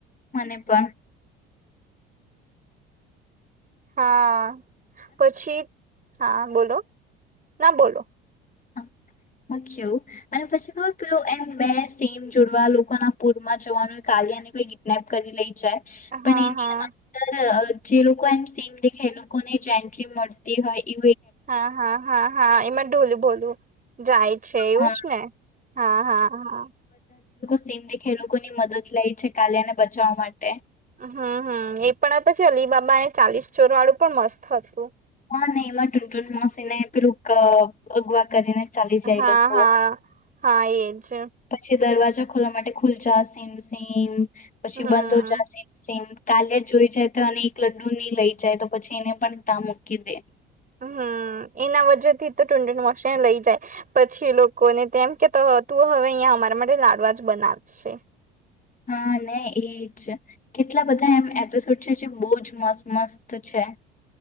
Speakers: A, on the left; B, on the right.
A: મને પણ
B: હા પછી હા બોલો ના બોલો
A: હમ મખ અને પછી પેલુ ખબર એમ બે સીમ જોડવા લોકો ના પુરમાં જવાનું કો કિડનેપ કરી લઈ જાય
B: હા
A: પણ એની
B: હા
A: અંદર જે લોકો એમ સેમ દેખે એ લોકોને જ એન્ટ્રી મળતી હોય એ
B: હા હા હા હા એમાં ઢોલ બોલું જાય છે એવું
A: હા
B: જ ને હા હા હા
A: સીમથી ખેડૂતો ની મદદ લાય છે કાલીયા ને બચાવવા માટે
B: હમ હમ એ પણ પછી અલીબાબાને ચાલીસ ચોર વાળું પણ મસ્ત હતું
A: હા નહીમાં ટૂન ટૂન માસીને પેરું અગુવા કરીને ચાલી
B: હા
A: જાય લોકો
B: હા હા એજ
A: પછી દરવાજા ખોલવા માટે ખુલ જા સીમ સીમ પછી
B: હમ
A: બંધ હો જા સીમ સીમ કાલ્યા જોઈ જાય તો અને એક લડ્ડુ ની લઈ જાય તો પછી એને પણ તા મૂકી દે
B: હમ એના વ્ે થી તો ટુંડ મોસ લઇ જાય પછી લોકોને તેમ કે તું હવે અહંયા અમારા માટે લાડવા જ બનાવશે
A: હા અને એજ કેટલા બધા એમ એપિસોડ છે જે બહ જ મસ્ત મસ્ત છે